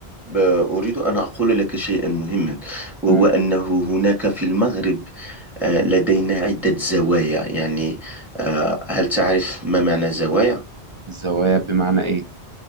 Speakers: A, in the centre; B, on the right (about 30°).
A: ب- أريد أن أقول لك شيئا مهما وهو
B: مم.
A: أنه هناك في المغرب آه، لدينا عدة زوايا يعني آه، هل تعرف ما معنى زوايا؟
B: الزوايا بمعنى إيه؟